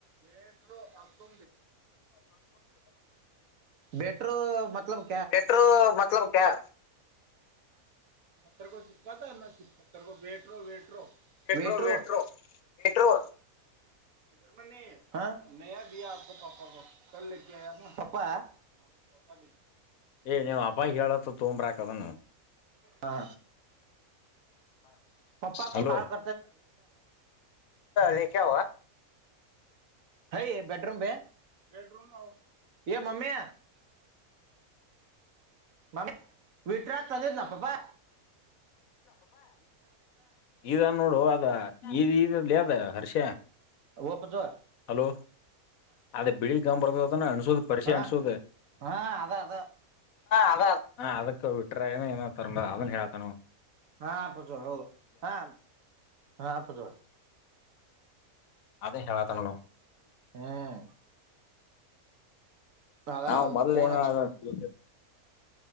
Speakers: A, on the right (about 65°); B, on the left (about 70°).
A: ಕ ಬಟರು ಮತ್ತ ಮ
B: ವೆಟ್ರೋ ಮತ್ಲಬ್ ಕ್ಯಾ
A: ಸರ್ಗೋ ಚಿಕ್ಕಾ ಚಿ ಸರ್ಗೋ ಬೇಟ್ರೋ ವೇಟ್ರೋ
B: ವೆಟ್ರೋ
A: ವೇಟ್ರರು
B: ವೆಟ್ರೋ ವೆಟ್ರೋ
A: ಇ ಮ ನೀ ಹ ನಯ ಪಾಪಾ ಕಲ್ಕ ಆಯ ಪಾಪಾ ಪಾಪಾ
B: ಏ್ ನೀವ್ ಅಪ್ಪಾಯ ಹೇಳತ್ತ ತೊಂಬ್ರಾಕ್ದನು
A: ಹಾ ಅಪ್ಪಾ
B: ಹಲೋ
A: ಕೊ ಕೊಲ್
B: ಲೇಖವ
A: ಹ ಬೆೇಡರುೂಮ ಬಮ ಯ ಮಮ್ಮಿ ಮಾಮ ವಿಟ್ರ ಚಂದಿದ್ದ ನ ಪಪಾ
B: ಇದಾ ನೋಡುುವ ಅದ ಇ ಇದಲ್ದ ಹರ್ಷ
A: ಒಪ್ಪತ
B: ಹಲೋ ಅದೇ ಬಿಳಿಗ್ ಗಂಬ್ ಬರ್ತದದಾನ ಅನ್ಸೋದ ಪರಿಷೆ
A: ಹಾ
B: ಅನ್ಸೋದ
A: ಹಾ ಅದ ಅದ
B: ಹದ ಹ ಅದಕ್ಕ ಬಿಟ್ರನ ಏನ ತರ್ ಅದನ್ ಹೇಳ್ತಾನವು
A: ಹಾ ಪ್ರಜೋರ ಹೌದು ಹಾ ಹಾ ಪ್ರಜೋರ
B: ಅದೇ ಹೇಳತ ನೋ
A: ಹ್ಮ್ ಅದ
B: ನಾವ್ ಮೊದ್ಲು
A: ಫೋನ್
B: ಏನಾದಿಲ್ಲ
A: ಹಚ್ಚಿ